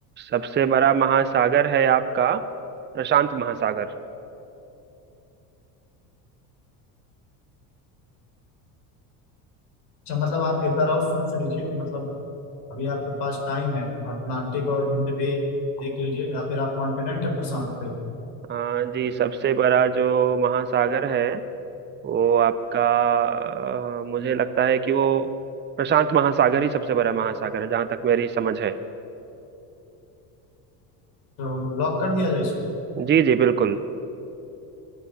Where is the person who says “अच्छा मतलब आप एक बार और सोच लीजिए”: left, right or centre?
Left